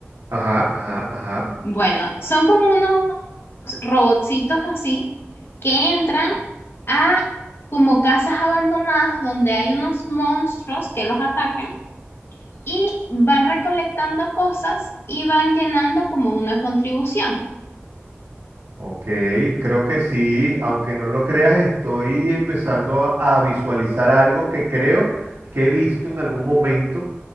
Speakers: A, on the right (about 80°); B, on the left (about 60°).
A: ajá, ajá, ajá.
B: Bueno, son como unos robotcitos así que entran a como casas abandonadas donde hay unos monstruos que los atacan y van recolectando cosas y van llenando como una contribución.
A: Ok, creo que sí, aunque no lo creas, estoy empezando a, a visualizar algo que creo que he visto en algún momento,